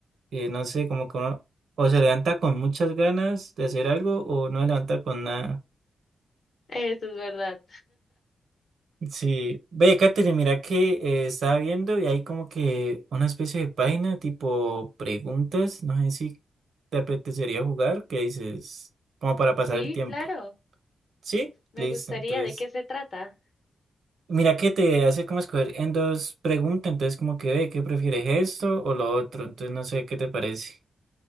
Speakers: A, on the right; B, on the left.
A: Y no sé, como que uno o se levanta con muchas ganas de hacer algo o no se levanta con nada.
B: Eso es verdad.
A: Sí, ve, Katherine, mira que eh, estaba viendo y hay como que una especie de página tipo preguntas, no sé si te apetecería jugar, que dices, como para pasar
B: Sí,
A: el tiempo.
B: claro.
A: Sí,
B: Me
A: listo,
B: gustaría.
A: entonces,
B: ¿De qué se trata?
A: mira que te hace como escoger en dos preguntas, entonces como que ve, ¿qué prefieres esto o lo otro? Entonces no sé qué te parece.